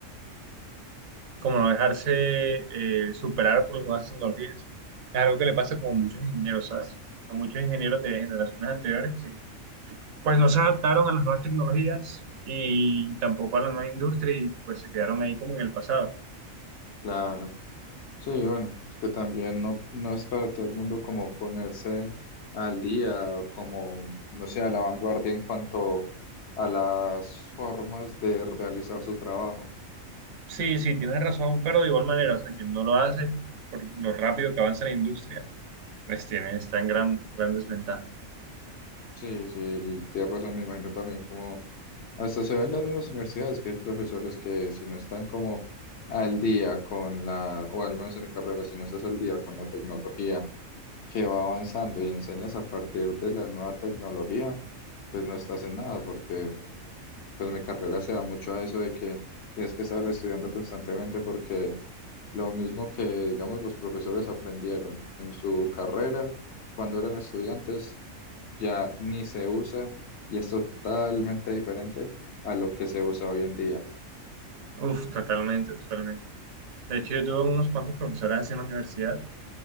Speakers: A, on the right; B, on the left.
A: como no dejarse eh, superar por las nuevas tecnologías. Es algo que le pasa como a muchos ingenieros, ¿sabes? A muchos ingenieros de generaciones anteriores que pues no se adaptaron a las nuevas tecnologías y tampoco a la nueva industria y pues se quedaron ahí como en el pasado.
B: Claro. Sí, bueno, es que también no, no es para todo el mundo como ponerse al día, como, no sé, a la vanguardia en cuanto a las formas de realizar su trabajo.
A: Sí, sí, tienes razón, pero de igual manera, o sea, quien no lo hace por lo rápido que avanza la industria Pues tiene, está en gran, gran desventaja.
B: Sí, sí, tienes razón, me imagino también como hasta se ve en las mismas universidades que hay profesores que si no están como al día con la, o al menos en mi carrera, si no estás al día con la tecnología que va avanzando y enseñas a partir de la nueva tecnología, pues no estás en nada, porque pues mi carrera se da mucho a eso de que tienes que estar estudiando constantemente porque lo mismo que, digamos, los profesores aprendieron en su carrera cuando eran estudiantes, ya ni se usa y es totalmente diferente a lo que se usa hoy en día.
A: Uf, totalmente, totalmente. De hecho, yo tuve unos cuantos profesores así en la universidad